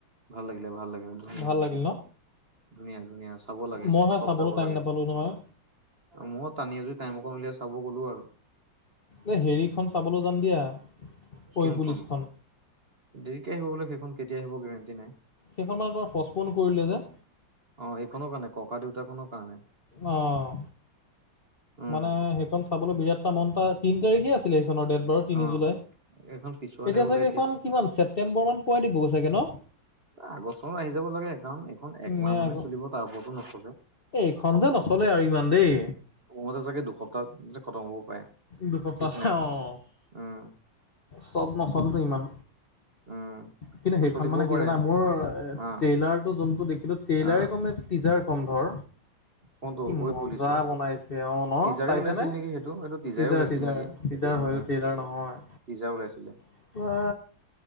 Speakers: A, on the right; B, on the left.
A: ভাল লাগিলে ভাল লাগিলে ধুনীয়া
B: ভাল লাগিল ন
A: ধুনীয়া ধুনীয়া চাব
B: মই হে
A: চব
B: চাবলৈ
A: যাব
B: টাইম
A: লাগে
B: নাপালোঁ নহয়
A: মই টানি এজৰি টাইম অক উলিয়াই চাব গলো আৰু
B: এ হেৰিখন চাবলৈ যাম দিয়া ঐ
A: কোনখন
B: পুলিচখন
A: দেৰিকে আহিব বোলে সেইখন কেতিয়া আহিব গেৰেণ্টি নাই
B: সেইখনমান তমাৰ পষ্টপন কৰিলে যে
A: অ এইখনৰ কাৰণে ককা দেউতা খনৰ কাৰণে
B: আহঁ
A: উম
B: মানে সেইখন চাবলৈ বিৰাট তামনটা তিনি তাৰিখে আছিলে সেইখনৰ ডেট বাৰু তিনি
A: অ
B: জুলাই।
A: এইখন পিছুৱালে
B: এতিয়া
A: বোলে
B: চাগে এইখন কিমান ছেপটেম্বৰ মান পোৱাই দিবগৈ চাগে ন?
A: আগষ্ট চনত আহি যাব লাগে। কাৰণ এইখন একমাহ
B: নে
A: মানে
B: আকৌ
A: চলিব তাৰ ওপৰতো নচলে।
B: এইখন
A: সম্ভৱ
B: যে নচলে আৰু ইমান দেই।
A: মোৰ মতে চাগে দুসপ্তাহ খতম হ'ব পাৰে
B: দুসপ্তাহ
A: ঠিক নাই।
B: অঁ
A: উম।
B: চব মচলেটো ইমান।
A: উম।
B: কিন্তু
A: নচলিবও
B: সেইখন মানে কি
A: পাৰে।
B: জানা মোৰ
A: অ',
B: ট্ৰেইলাৰটো যোনটো দেখিলো ট্ৰেইলাৰে
A: অ',
B: কমে টিজাৰ কম ধৰ
A: কোনটো
B: কি
A: ঐ
B: মজা
A: পুলিচৰ
B: বনাইছে। অ',
A: টিজাৰে
B: চাইছা
A: ওলাইছিল
B: নে?
A: নেকি সেইটো এইটো টিজাৰে
B: টিজাৰ
A: ওলাইছিল
B: টিজাৰি
A: নেকি?
B: টিজাৰ
A: উম,
B: হয় টেইলৰ নহয়।
A: টিজাৰ ওলাইছিলে।
B: ওৱাহ